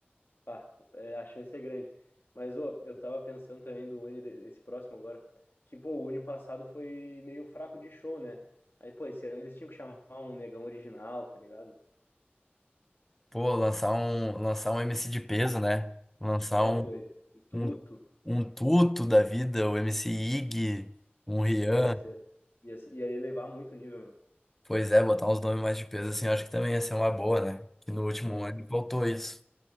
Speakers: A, on the left; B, in the centre.
A: Pá, é, a chance é grande. Mas, ô, eu tava pensando também do Uni, de- esse próximo agora, que, pô, o Uni passado foi meio fraco de show, né? Aí, pô, esse ano eles tinham que chamar um negão original, tá ligado?
B: Pô, lançar um, lançar um MC de peso, né? Lançar
A: É,
B: um,
A: pô, tudo.
B: um, um Tuto da vida, o MC Ig, um Rian.
A: Pô, ia ser, ia ser- ia elevar muito o nível, meu.
B: Pois é, botar uns nomes mais de peso assim, eu acho que também ia ser uma boa, né? Que no último
A: Pois
B: ano
A: é,
B: faltou isso.